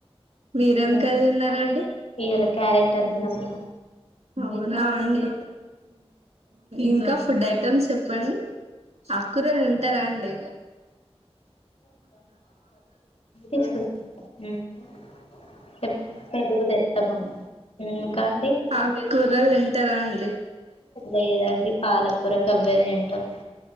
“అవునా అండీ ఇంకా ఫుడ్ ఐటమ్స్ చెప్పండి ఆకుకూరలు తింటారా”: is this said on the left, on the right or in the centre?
Right